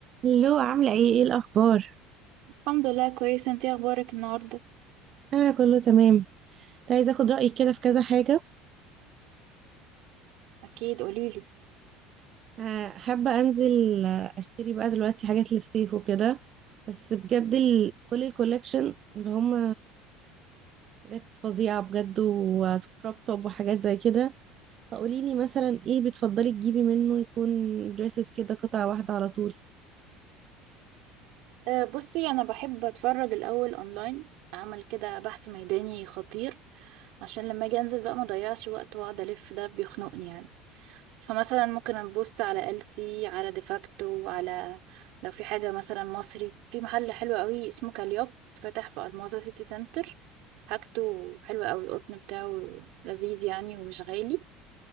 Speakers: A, on the right; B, on the right.
A: هلو عاملة ايه ايه الأخبار؟
B: الحمد لله كويسة انتي اخبارك النهاردة
A: أنا كله تمام كنت عايزة أخد رأيك كده في كذا حاجة
B: أكيد قوليلي
A: آه، حابة أنزل آه، أشتري بقى دلوقتي حاجات للصيف وكده بس بجد ال... كل الكوليكشن اللي هم حاجات فظيعة بجد وكروب توب وحاجات زي كده فقوليلي مثلا ايه بتفضلي تجيبي منه يكون دريسز كده قطعة واحدة على طول
B: أه، بصي انا بحب اتفرج الاول اونلاين اعمل كده بحث ميداني خطير عشان لما اجي انزل بقى ما اضيعش وقت واقعد الف ده بيخنقني يعني فمثلا ممكن ابص على ألسي على ديفاكتو على لو في حاجة مثلا مصري في محل حلو قوي اسمه كاليوب فتح في الماظة سيتي سنتر حاجته حلوة قوي القطن بتاعه لذيذ يعني ومش غالي